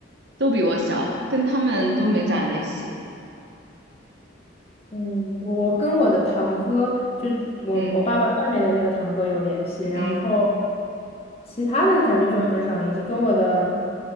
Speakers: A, on the right (about 60°); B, on the left (about 30°).
A: 都比我小，跟他们都没咋联系。
B: 嗯，我我跟我的堂哥，就我我爸爸妹妹的那个堂哥有联系，
A: 嗯
B: 然后
A: 嗯，
B: 其他的感觉就很少联系。跟我的